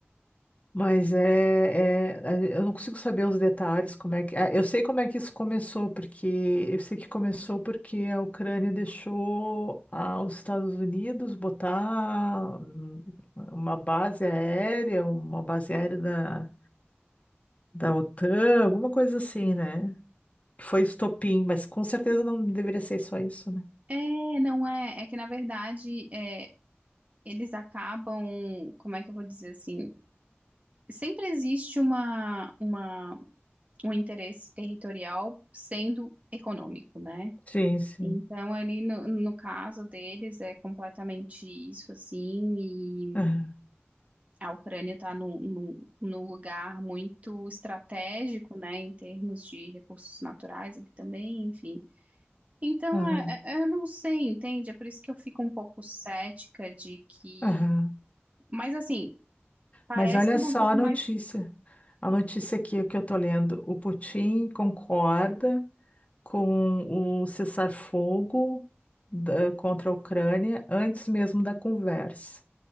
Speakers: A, on the left; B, on the right.
A: Mas é, é- a- eu não consigo saber os detalhes, como é que. ah, Eu sei como é que isso começou, porque eu sei que começou porque a Ucrânia deixou ah, os Estados Unidos botar hum, uma base aérea, uma base aérea da, da OTAN, alguma coisa assim, né? Que foi estopim, mas com certeza não deveria ser só isso, né?
B: É, não é. É que, na verdade, é, eles acabam. Como é que eu vou dizer assim? Sempre existe uma, uma, um interesse territorial sendo econômico, né?
A: Sim, sim.
B: Então, ali no, no caso deles, é completamente isso, assim, e
A: Aham,
B: a Ucrânia está num, num, num lugar muito estratégico, né, em termos de recursos naturais ali também, enfim. Então,
A: aham,
B: é- é- eu não sei, entende? É por isso que eu fico um pouco cética de que.
A: aham.
B: Mas, assim, parece
A: Mas olha
B: que
A: só
B: dá um pouco
A: a notícia.
B: mais.
A: A notícia aqui é que eu tô lendo. O Putin concorda com o cessar-fogo da- contra a Ucrânia antes mesmo da conversa.